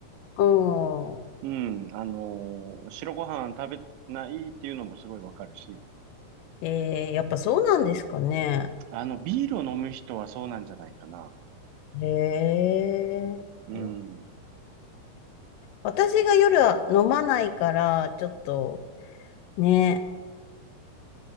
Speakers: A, on the left (about 80°); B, on the right (about 85°).
A: ああ、
B: うん。あの、白ご飯食べないっていうのもすごいわかるし、
A: えー、やっぱそうなんですかね。
B: あの、ビールを飲む人はそうなんじゃないかな。
A: へえ。
B: うん。
A: そう
B: うん
A: 私が夜は飲まないから、ちょっとね、